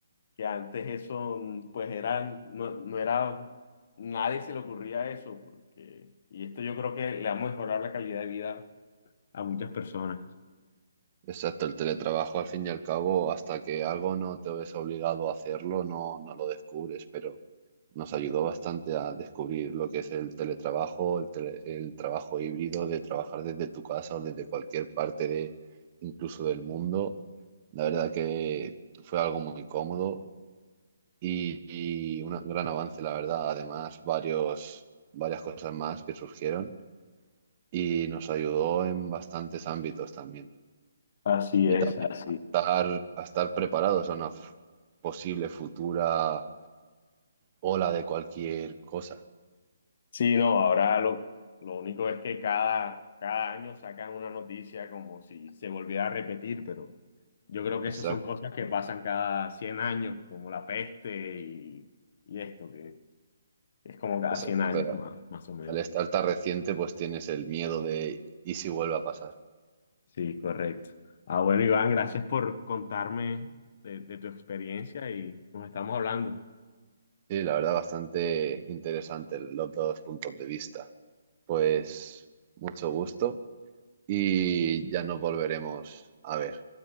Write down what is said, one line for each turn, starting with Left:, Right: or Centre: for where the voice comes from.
Left: que antes eso mm, pues eran, no, no era, nadie se le ocurría eso, porque, y esto yo creo que le va a mejorar la calidad de vida a muchas personas.
Right: exacto, el teletrabajo al fin y al cabo, hasta que algo no te ves obligado a hacerlo, no, no lo descubres, pero nos ayudó bastante a descubrir lo que es el teletrabajo, el, tele- el trabajo híbrido, de trabajar desde tu casa o desde cualquier parte de, incluso del mundo. La verdad que fue algo muy cómodo y, y un gran avance, la verdad. Además, varios, varias cosas más que surgieron y nos ayudó en bastantes ámbitos también.
Left: Así
Right: Y
Left: es,
Right: también
Left: así.
Right: estar, a estar preparados a una f- posible futura ola de cualquier cosa.
Left: Sí, no, ahora lo, lo único es que cada, cada año sacan una noticia como si se volviera a repetir, pero yo creo que
Right: Exacto,
Left: esas son cosas que pasan cada 100 años, como la peste y, y esto, que es como cada
Right: exacto.
Left: 100 años
Right: Pero
Left: más, más o menos.
Right: al estar tan reciente, pues tienes el miedo de ¿y si vuelve a pasar?
Left: Sí, correcto. Ah, bueno, Iván, gracias por contarme de, de tu experiencia y nos estamos hablando.
Right: Sí, la verdad, bastante interesante los dos puntos de vista. Pues
Left: Sí.
Right: mucho gusto y ya nos volveremos a ver.